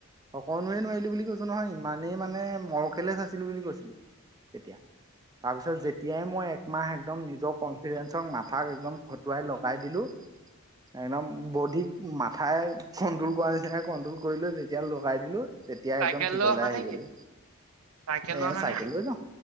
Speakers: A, on the right; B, on the right.
A: অকনোৱে নোৱাৰিলো বুলি কৈছো নহয়, ইমানেই মানে মৰকেলেচ আছিলো বুলি কৈছিলো। তেতিয়া। তাৰ পিছত যেতিয়াই মই একমাহ একদম নিজৰ কনফিডেঞ্চক, মাথাক একদম খটুৱাই লগাই দিলো। <inaudible> একদম বডিক মাথাই কন্ট্ৰল কৰা নিচিনাকে কন্ট্ৰল কৰি লৈ যেতিয়া লগাই দিলো এতিয়া
B: চাইকেল
A: একদম ঠিকলে
B: লৈ অহা
A: আহি
B: নেকি
A: গলোঁ,
B: চাইকেল
A: এ
B: লৈ অহা
A: চাইকেল
B: নেকি
A: যাও।